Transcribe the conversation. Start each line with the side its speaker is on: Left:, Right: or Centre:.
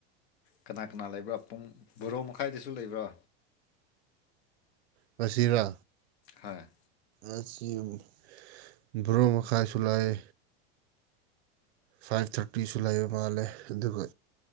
Left: ꯀꯅꯥ ꯀꯅꯥ ꯂꯩꯕ꯭ꯔꯥ ꯄꯨꯡ ꯕꯣꯔꯣ ꯃꯈꯥꯏꯗꯁꯨ ꯂꯩꯕ꯭ꯔꯥ
Right: ꯉꯁꯤꯔꯥ
Left: ꯍꯥꯏ
Right: ꯑꯁꯤ ꯑꯃ ꯕ꯭ꯔꯣ ꯃꯈꯥꯏꯁꯨ ꯂꯩ ꯐꯥꯏꯚ ꯊꯥꯔꯇꯤꯁꯨ ꯂꯩꯕ ꯃꯥꯜꯂꯦ ꯑꯗꯨꯒ